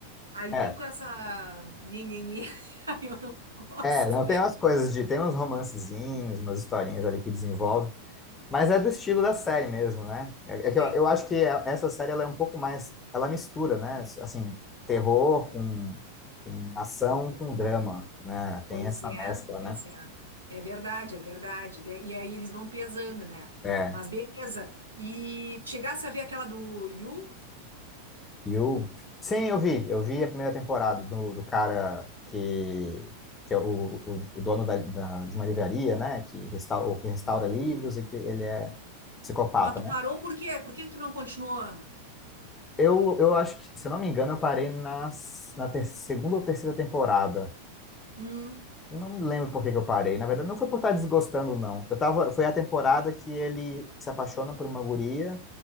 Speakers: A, on the right (about 75°); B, on the left (about 20°).
A: Aí
B: É,
A: vem com essa nhenhenhê, <laughs> aí eu não gosto.
B: É, não tem umas coisas de. Tem uns romancezinhos, umas historinhas ali que desenvolve, mas é do estilo da série mesmo, né? É é que
A: Vem.
B: eu, eu acho que a- essa série ela é um pouco mais. Ela mistura, né? Assim, terror com, com ação com drama, né?
A: Pois
B: Tem essa
A: é,
B: mescla,
A: pois
B: né?
A: é. É verdade, é verdade. De- E aí eles vão pesando, né?
B: É.
A: Mas beleza. E chegasse a ver aquela do Yu?
B: E o. Sim, eu vi. Eu vi a primeira temporada do, do cara que. Que é o, o, o dono da, da- de uma livraria, né? Que restaura, que restaura
A: E...
B: livros e que ele é psicopata.
A: Mas tu parou por quê? Por que tu não continua?
B: Eu, eu acho que, se eu não me engano, eu parei nas, na ter- segunda ou terceira temporada.
A: Hum,
B: Eu não me lembro por que que eu parei. Na verdade, não foi por estar desgostando, não. Eu tava, foi a temporada que ele se apaixona por uma guria,